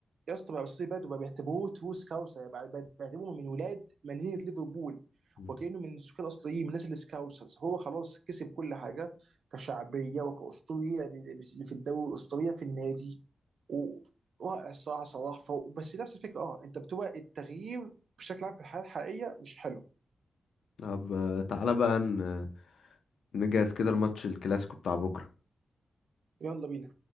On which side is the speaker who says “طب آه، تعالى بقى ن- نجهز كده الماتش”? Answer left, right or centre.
Left